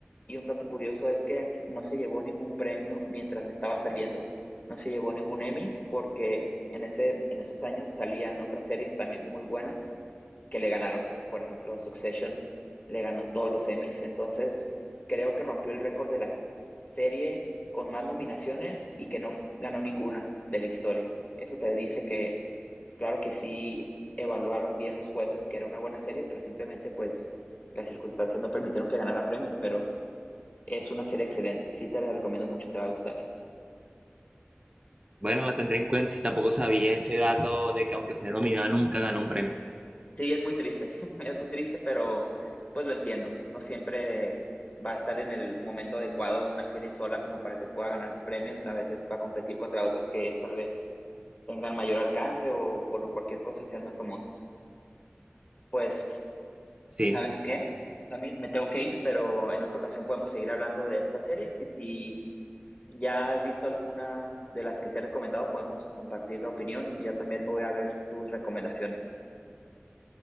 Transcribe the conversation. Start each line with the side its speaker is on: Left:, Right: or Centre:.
Left: Y un dato curioso es que no se llevó ningún premio mientras estaba saliendo. No se llevó ningún Emmy porque en ese, en esos años salían otras series también muy buenas que le ganaron. Por ejemplo, Succession le ganó todos los Emmys. Entonces, creo que rompió el récord de la, serie con más nominaciones y que no f- ganó ninguna de la historia. Eso te dice que, claro que sí evaluaron bien los jueces que era una buena serie, pero simplemente pues las circunstancias no permitieron que ganara premios, pero es una serie excelente. Sí te la recomiendo mucho, te va a gustar.
Right: Bueno, la tendré en cuenta y tampoco sabía ese dato de que aunque fue nominada nunca ganó un premio.
Left: Sí, es muy triste, <laughs> es muy triste, pero pues lo entiendo. No siempre va a estar en el momento adecuado una serie sola como para que pueda ganar premios. A veces va a competir contra otras que tal vez tengan mayor alcance o por cualquier cosa sean más famosas. Pues,
Right: Sí,
Left: ¿sabes qué? Samir, me tengo que ir, pero en otra ocasión podemos seguir hablando de estas series y si ya has visto algunas de las que te he recomendado, podemos compartir la opinión y ya también me voy a ver tus recomendaciones.